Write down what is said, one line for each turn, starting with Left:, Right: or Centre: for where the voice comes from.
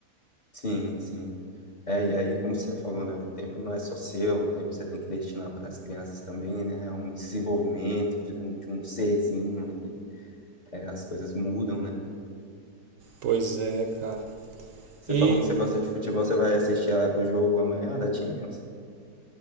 Left: sim, sim. É, e aí, como você falou, né? O tempo não é só seu, o tempo você tem que destinar para as crianças também, né? É um desenvolvimento de um, de um serzinho ali. É, as coisas mudam, né?
Right: Pois é, cara.
Left: Você
Right: E
Left: falou que você gosta de futebol, você vai assistir a- o jogo amanhã da Champions?